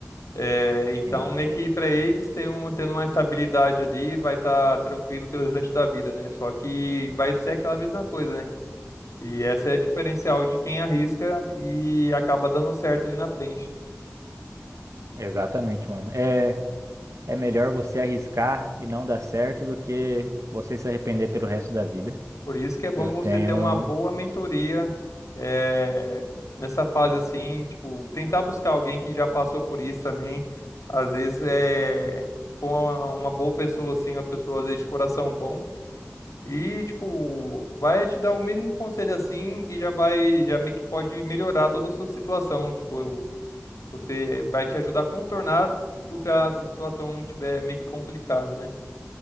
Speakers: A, on the left; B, on the right.
A: É, então,
B: sim,
A: meio que para eles tem um, tendo uma estabilidade ali, vai estar tranquilo pelo restante da vida, né? Só que vai ser aquela mesma coisa, né? E essa é a diferencial de quem arrisca e acaba dando certo ali na frente.
B: exatamente, mano. É, é melhor você arriscar e não dar certo do que você se arrepender pelo resto da vida.
A: Por isso que é bom
B: Eu
A: você
B: tenho.
A: ter uma boa mentoria, é, nessa fase assim, tipo, tentar buscar alguém que já passou por isso também. Às vezes é se for uma, uma boa pessoa, assim, uma pessoa às vezes de coração bom. E, tipo, vai te dar o mínimo conselho assim e já vai, já meio que pode melhorar toda a sua situação. Tipo, você vai te ajudar a contornar, tipo, se a sua situação tiver meio que complicada, né?